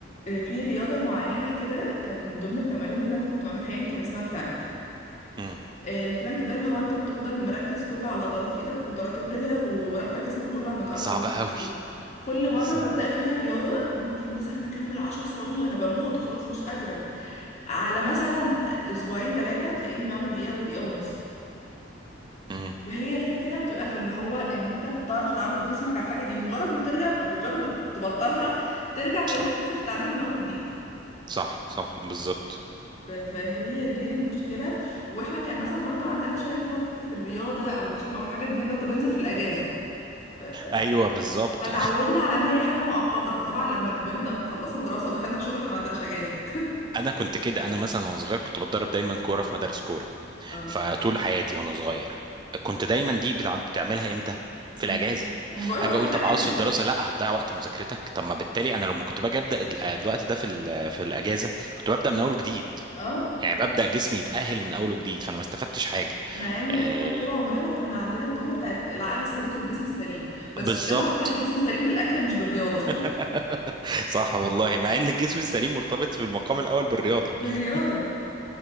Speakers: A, on the left; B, on the right.
A: آه، في رياضة معينة كده كانت من ضمن التمارين اللي انا كنت بعملها يعني كان اسمها بلانك
B: امم
A: آه، البلانك ده اللي هو انت بتفضل مركز كله على عضلات ايدك وطراطيف رجلك و- ورافع جسمك كله عن الارض
B: دي صعبه
A: وما اعرفش
B: قوي
A: ايه كل مرة
B: دي صعبة
A: ببدأ فيها الرياضة ممكن مثلا اكمل عشر ثواني وانا بموت خلاص مش قادرة على مثلا اسبوعين ثلاثة تلاقيني بعمل دقيقة ودقيقة ونص
B: امم
A: هي الفكرة بتبقى في اللي هو ان انت بتعرف تعود جسمك على الحاجة دي مجرد ما بترجع مجرد ما بتبطلها ترجع
B: صح
A: كأنك لسه بتتعلمها من اول وجديد
B: صح صح بالظبط
A: ف- فهي دي المشكلة واحنا كان مثلا برضو عندنا شوية اللي هو فكرة الرياضة او الجيم او الحاجات دي اللي هو طب انزل في الاجازة ف- ف-
B: ايوه بالظبط
A: فتعودنا على ان هي حاجة مؤقتة فطبعا لما كبرنا وخلصنا دراسة ودخلنا في شغل احنا ما عندناش اجازة <laughs>
B: انا كنت كده انا مثلا وانا صغير كنت بتدرب دايما كوره في مدارس كوره
A: اه
B: فطول حياتي وانا صغير كنت دايما دي بتع- بتعملها امتى في
A: امم
B: الاجازه
A: بقول
B: اجي
A: لك بقى
B: اقول
A: في الاجازة
B: طب عاوز في الدراسه لا هتضيع وقت مذاكرتك طب ما بالتالي انا لما كنت باجي ابدا ال- آه، الوقت ده في ال- في الاجازه كنت ببدا من اول وجديد
A: اه
B: يعني ببدا جسمي يتاهل من اول وجديد فانا ما استفدتش حاجه
A: مع ان
B: آه
A: احنا طول عمرنا كنا عندنا الجمله بتاعت العقل السليم في الجسم السليم بس
B: بالظبط
A: كانوا رابطين الجسم السليم بالاكل مش بالرياضه
B: <laughs>
A: <laughs>
B: صح والله مع ان الجسم السليم مرتبط في المقام الاول بالرياضه
A: بالرياضة
B: <laughs>